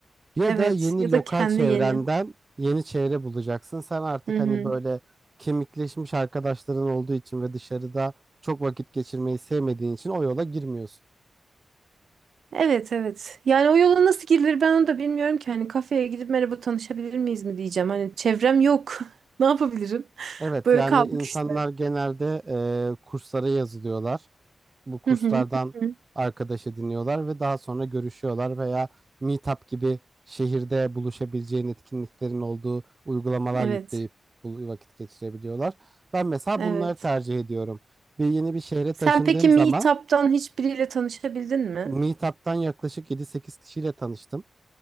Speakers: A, on the right; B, on the right.
A: Ya
B: Evet.
A: da yeni
B: Ya da
A: lokal
B: kendi
A: çevrenden
B: yeni.
A: yeni çevre bulacaksın. Sen artık
B: Hı hı.
A: hani böyle kemikleşmiş arkadaşların olduğu için ve dışarıda çok vakit geçirmeyi sevmediğin için o yola girmiyorsun.
B: Evet evet. Yani o yola nasıl girilir ben onu da bilmiyorum ki. Hani kafeye gidip merhaba tanışabilir miyiz mi diyeceğim. Hani çevrem yok. <laughs> Ne yapabilirim?
A: Evet
B: Böyle
A: yani
B: kaldık
A: insanlar
B: işte.
A: genelde eee, kurslara yazılıyorlar. bu kurslardan
B: Hı hı. hı hı.
A: arkadaş ediniyorlar ve daha sonra görüşüyorlar veya Meetup gibi şehirde buluşabileceğin etkinliklerin olduğu uygulamalar
B: Evet.
A: yükleyip bu vakit geçirebiliyorlar. Ben mesela
B: Evet.
A: bunları tercih ediyorum. Bir yeni bir şehre taşındığım
B: Sen peki Meetup'tan
A: zaman
B: hiçbiriyle tanışabildin mi?
A: Meetup'tan yaklaşık yedi sekiz kişiyle tanıştım.